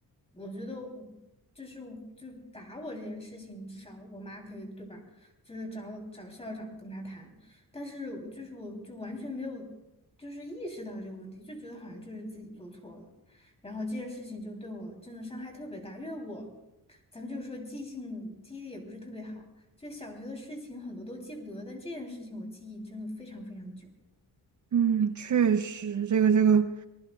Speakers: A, on the left; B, on the right.
A: 我觉得我就是就打我这件事情，至少我妈可以，对吧？就是找找校长跟他谈，但是我就是我就完全没有就是意识到这个问题，就觉得好像就是自己做错了，然后这件事情就对我真的伤害特别大，因为我咱们就是说记性记忆力也不是特别好，就小学的事情很多都记不得，但这件事情我记忆真的非常非常久，
B: 嗯，确实，这个这个。